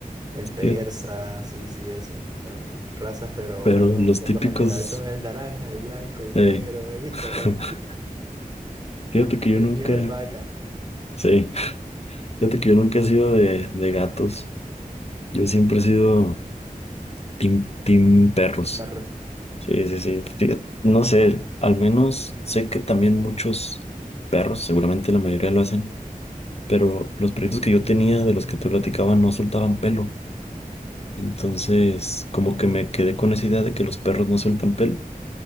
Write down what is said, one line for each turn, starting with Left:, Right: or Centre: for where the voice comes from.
Right: el persa,
Left: Fíjate,
Right: sí, sí, eso. Son razas, pero
Left: Pero
Right: bueno,
Left: los
Right: por
Left: típicos,
Right: lo general son el naranja, el blanco, el
Left: eh,
Right: negro, el
Left: <laughs>
Right: color. <laughs>
Left: fíjate que yo
Right: El
Left: nunca.
Right: mío es el vaca,
Left: Sí, fíjate que yo nunca he sido de, de gatos. Yo siempre he sido team, team perros.
Right: sin perro.
Left: Sí, sí, sí. Fíjate, no sé, al menos sé que también muchos perros, seguramente la mayoría lo hacen, pero los perritos que yo tenía, de los que te platicaba, no soltaban pelo. Entonces,
Right: Uy.
Left: como que me quedé con esa idea de que los perros no sueltan pelo.